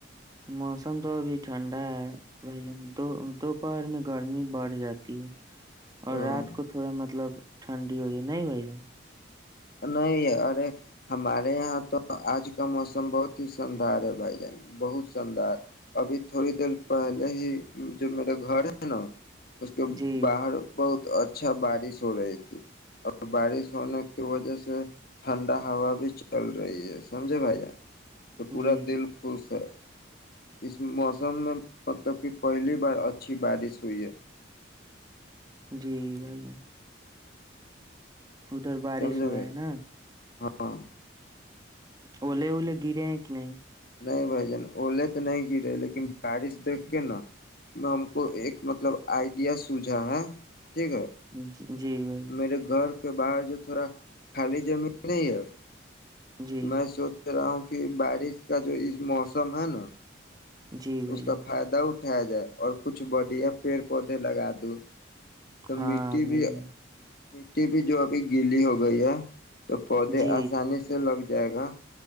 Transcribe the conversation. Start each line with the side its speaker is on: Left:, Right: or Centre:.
Right: موسم تو ابھی ٹھنڈا ہے بھائی جان دو دوپہر میں گرمی بڑھ جاتی ہے اور
Left: او
Right: رات کو تھوڑا مطلب ٹھنڈی ہو جائے نہیں بھائی جن
Left: نہیں ارے ہمارے یہاں تو آج کا موسم بہت ہی شاندار ہے بھائی جان بہت شاندار ابھی تھوڑی دیر پہلے ہی جو میرے گھر ہے نا اس کے
Right: جی
Left: باہر بہت تو اچھا بارش ہو رہی تھی اور بارش ہونے کی وجہ سے ٹھنڈا ہوا بھی چل رہی ہے سمجھے بھائی جان تو پورا
Right: جی
Left: دل خوش ہے اس موسم میں پتوں کی پہلی بار اچھی بارش ہوئی ہے
Right: جی بھائی جان ادھر بارش
Left: سمجھے
Right: ہوا
Left: بھائی
Right: ہے نا
Left: ہاں
Right: الے اولے گرے ہیں کہ نہیں
Left: نہیں بھائی جان اوولے تو نہیں گرے لیکن بارش دیکھ کے نا ہم کو ایک مطلب آئیڈیا سوجھا ہے ٹھیک ہے
Right: ہوں جی بھائی
Left: میرے گھر کے باہر جو تھوڑا خالی زمین نہیں ہے
Right: جی
Left: میں سوچ سچ رہا ہوں کہ بارش کا جو اس موسم ہے نا
Right: جی بھائی
Left: اس
Right: جان
Left: کا فائدہ اٹھا اٹھا جائے اور کچھ بڑھیا پیڑ پودے لگا د تو
Right: ہاں
Left: مٹی
Right: بھائی
Left: بھی
Right: جان
Left: ٹی بھی جو ابھی گیلی ہو گئی ہے تو پودے
Right: جی
Left: آسانی سے لگ جائے گا